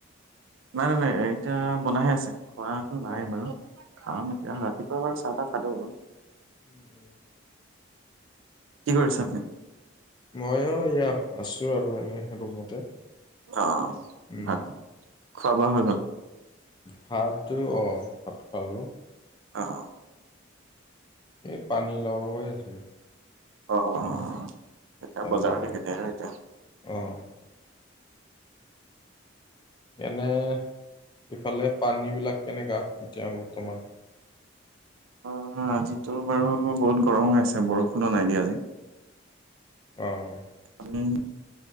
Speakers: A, on the right (about 80°); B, on the left (about 20°).
A: নাই নাই নাই, এতিয়া বনাইহে আছে। খোৱাটো নাই
B: অ'।
A: বাৰু। খাম এতিয়া। ৰাতিপুৱা বাৰু চাহ তাহ খালোঁ।
B: উম, উম।
A: কি কৰিছে আপুনি?
B: মই এইয়া আছোঁ আৰু এনে ৰুমতে।
A: অ',
B: উম,
A: ভাত খোৱা বোৱা হৈ গ'ল?
B: ভাতটো অ', ভাত খালোঁ।
A: অ', অ'।
B: এই পানী লাও এ আছিল।
A: অ', অ', অ' এতিয়া
B: পানীলাও
A: বজাৰত দেখিনে আৰু এতিয়া।
B: উম। এনে ইফালে পানীবিলাক কেনেকা এতিয়া বৰ্তমান?
A: অ', আজিতো বাৰু বহুত গৰম হৈ আছে বৰষুণো নাই দিয়া আজি।
B: অ'।
A: উম।